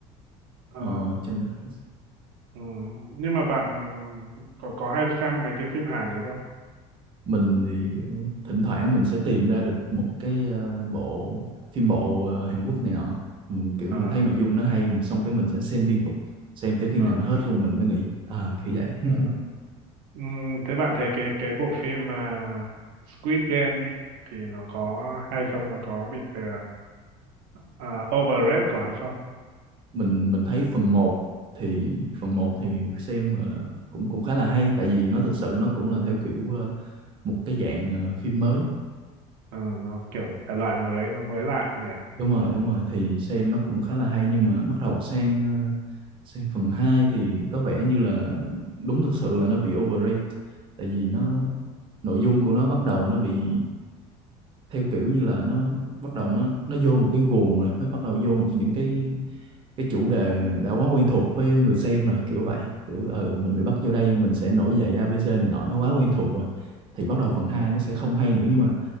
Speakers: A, on the right; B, on the right.
A: Ờ,
B: ờ, trên Netflix.
A: ừm, nhưng mà bạn có có hay xem mấy cái phim Hàn đấy không?
B: mình thì kiểu thỉnh thoảng mình sẽ tìm ra được một cái ờ, bộ phim bộ ờ, Hàn Quốc này nọ mình kiểu
A: Ờ,
B: mình thấy nội dung nó hay xong cái mình sẽ xem liên tục xem tới khi
A: ờ,
B: nào nó hết luôn mình mới nghỉ à kiểu vậy <laughs>
A: ờ. Ừm, thế bạn thấy cái cái bộ phim mà Squid Game ấy, thì nó có hay không? Nó có bị ờ, ờ, overrated quá không?
B: mình mình thấy phần một thì phần một thì xem gọi là cũng cũng khá là hay tại vì nó thực sự nó cũng là theo kiểu ờ, một cái dạng ờ, phim mới
A: Ờ, nó kiểu thể loại mới, nó mới lạ nhỉ?
B: đúng rồi đúng rồi thì xem nó cũng khá là hay nhưng mà bắt đầu sang ờ, sang phần 2 thì có vẻ như là đúng thực sự là nó bị overrated tại vì nó nội dung của nó bắt đầu nó bị theo kiểu như là nó bắt đầu nó nó vô một cái guồng rồi nó bắt đầu vô một những cái cái chủ đề đã quá quen thuộc với người xem rồi kiểu vậy kiểu ừ mình bị bắt vô đây mình sẽ nổi dậy ABC này nọ nó quá quen thuộc rồi thì bắt đầu phần 2 nó sẽ không hay nữa nhưng mà